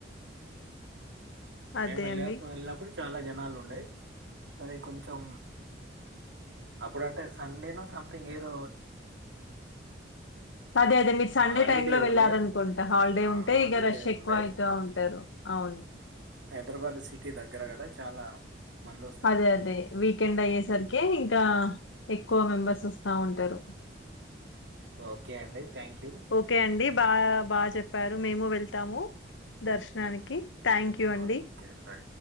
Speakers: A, on the right; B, on the left.
A: మే
B: అదే
A: మల్ళపు
B: అండి.
A: అల్లాపు చాలా జనాలుండయి అది కొంచెం అప్పుడంటే సండేను సంథింగ్ ఏదో
B: అదే అదే మీరు సండే
A: హాలిడే
B: టైమ్ లో వెళ్ళారనుకుంటే
A: ఉండే.
B: హాలిడే
A: ఆ!
B: ఉంటే
A: హాలిడే
B: ఇక రష్ ఎక్కువ
A: ఉండే.
B: అవుత ఉంటారు అవును
A: హైదరాబాద్ సిటీ దగ్గర కదా చాలా మందొస్తారు.
B: అదే అదే వీకెండ్ అయ్యేసరికి ఇంకా ఎక్కువ మెంబర్స్ వస్తా ఉంటారు
A: ఓకే అండి థ్యాంక్ యూ
B: ఓకే అండి. బా బాగా చెప్పారు మేము వెళ్తాము దర్శనానికి థ్యాంక్ యూ అండి
A: ఓకే రైట్.